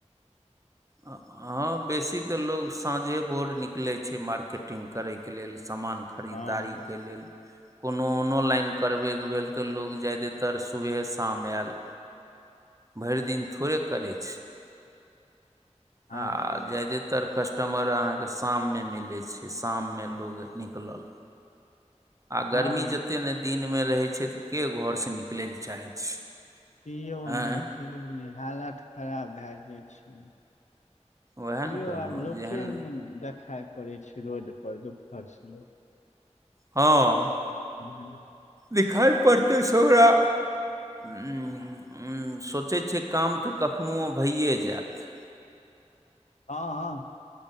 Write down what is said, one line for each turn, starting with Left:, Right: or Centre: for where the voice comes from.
Right: आ-आ। बेसी तो‌ लोक, तऽ साझे भोर निकैले छै मार्केट के लेल समान खरीदारीके
Left: हँ
Right: लेल। कोनो ऑनो लाइन करबैके भेल तऽ, लोक ज्यदेातर सुबहे शाम आयल। भरि दिन थोड़े करै छै।
Left: हँ
Right: आ। जादातर कस्टमर अहाँके शाममे मिलै छै, शाममे लोग निकलल। आ गर्मी
Left: हँ
Right: जतेक ने दिनमे रहैत छै, के घरसँ निकलै लए चाहैत छै।
Left: कियौ
Right: आँय
Left: नहि, किययौ नहि, हालत खराब भए जाइ छै।
Right: उएह ने
Left: यौ
Right: कहलहुँ
Left: आब लोके
Right: जेहन
Left: नहि देखाय पड़ै छै रोड पर देखइ छियै।
Right: हँ।
Left: बुझलियै?
Right: दिखाइ पड़तै सरा <inaudible> सोचै छै काम तऽ कखनोहु भइए जायत।
Left: हँ-हँ